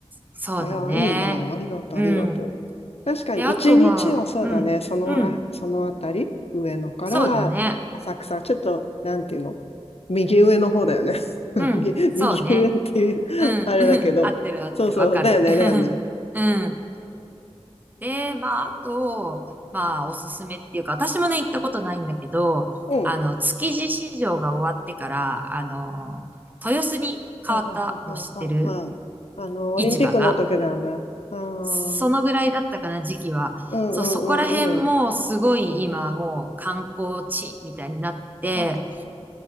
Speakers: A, on the right (about 15°); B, on the left (about 65°).
A: そうだね。
B: いやー、いいな。ありがとう、
A: うん。
B: ありがとう。確かに、
A: で、あとまあ、
B: 一日はそうだね、
A: うん、
B: そのら、
A: うん、
B: そのあたり、上野から浅草、
A: そうだね。
B: ちょっと、なんていうの、右上の方だよね。<laughs>
A: うん、
B: 右右上っていうあれだけど、
A: そうね。うん、うん、合ってる合ってる、
B: そうそう、
A: わかる。
B: だよね、
A: <laughs>
B: だよね。
A: うん。で、まあ、あと、まあ、おすすめっていうか、私もね、行ったことないんだけど、
B: うん。
A: あの、築地市場が終わってから、あの、豊洲に変わったの知ってる
B: はいはいはいはいはいはい。あの、オリンピックの時だよね。
A: 市場が。
B: ああ。
A: そのぐらいだったかな、時期は。
B: うんうんうんうん。
A: そう、そこら辺もすごい今もう観光地みたいになってて、
B: そうなんだ。